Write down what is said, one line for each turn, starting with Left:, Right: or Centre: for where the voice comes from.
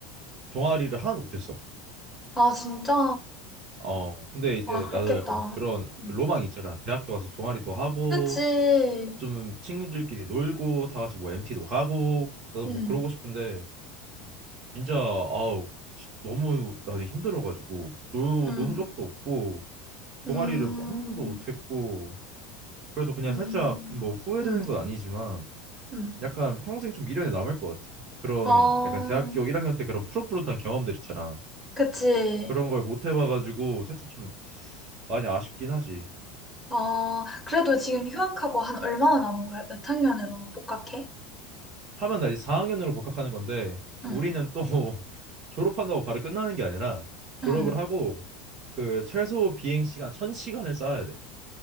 Right: 동아리를 하나도 못했어.
Centre: 아, 진짜.
Right: 어, 근데 이제
Centre: 아, 그렇겠다.
Right: 나도 약간 그런
Centre: 음.
Right: 그 로망이 있잖아. 대학교 가서 동아리도 하고
Centre: 그치.
Right: 좀 친구들끼리 놀고 다 같이 뭐 MT도 가고 나도
Centre: 음.
Right: 뭐 그러고 싶은데 진짜 아우 지- 너무 나는 힘들어가지고 놀,
Centre: 음.
Right: 논 적도 없고 동아리를
Centre: 음.
Right: 한 번도 못했고 그래서 그냥
Centre: 음.
Right: 살짝 뭐 후회되는
Centre: 음.
Right: 건 아니지만
Centre: 음.
Right: 약간 평생 좀 미련이 남을 것 같아. 그런
Centre: 아.
Right: 약간 대학교 1학년 때 그런 푸릇푸릇한 경험들 있잖아.
Centre: 그치.
Right: 그런 걸 못 해봐가지고 살짝 좀 많이 아쉽긴 하지.
Centre: 어, 그래도 지금 휴학하고 한 얼마나 남은 거야? 몇 학년으로 복학해?
Right: 하면 나 이제 4학년으로 복학하는 건데
Centre: 응,
Right: 우리는 또 <laughs> 졸업한다고 바로 끝나는 게 아니라 졸업을
Centre: 응.
Right: 하고 그 최소 비행 시간 1000시간을 쌓아야 돼.